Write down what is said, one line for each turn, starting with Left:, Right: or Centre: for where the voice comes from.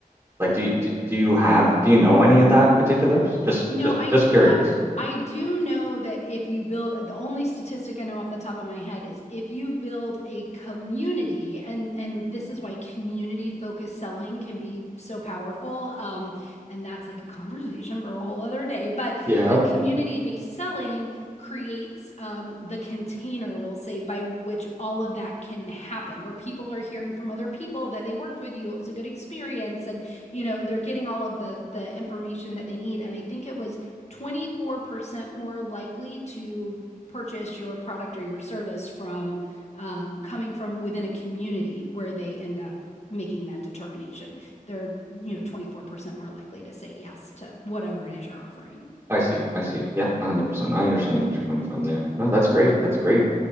Right: Like, do you, do do you have do you know any of that particulars? Just
Left: No,
Right: just
Left: I,
Right: just curious.
Left: I I do know that if you build the only statistic I know off the top of my head is if you build a community and and this is why community focused selling can be so powerful um and that's like a conversation for a whole other day but
Right: Yeah,
Left: the community based selling creates um the container we'll say by which all of that can happen where people are hearing from other people that they worked with you it was a good experience and you know, they're getting all of the the information that they need. And I think it was 24% more likely to purchase your product or your service from um, coming from within a community where they end up making that determination. They're, you know, 24% more likely to say yes to whatever it is you're offering.
Right: I see, I see. Yeah, 100%. I understand what you're coming from there. No, that's great. That's great.